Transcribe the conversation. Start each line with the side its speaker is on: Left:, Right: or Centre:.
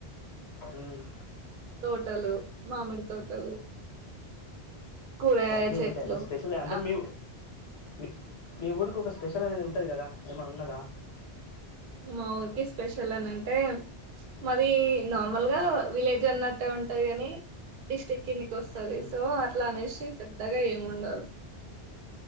Left: హ్మ్
Right: తోటలు మామిడి తోటలు కూరగాయ
Left: సొ అన్నీ
Right: చెట్లు
Left: ఉంటాయి ఎమన్నా స్పెషల్ అంటే
Right: ఆ
Left: మీ మీ మీ ఊరికి ఒక స్పెషల్ అనేది ఉంటాది కదా ఏమన్నా ఉన్నదా
Right: మా ఊరికి స్పెషల్ అని అంటే మాది నార్మల్గా విలేజ్ అన్నట్టే ఉంటుంది కాని డిస్ట్రిక్ట్ కిందికి వస్తుంది
Left: ఉమ్.
Right: సో అట్లా అనేసి పెద్దగా ఏం ఉండదు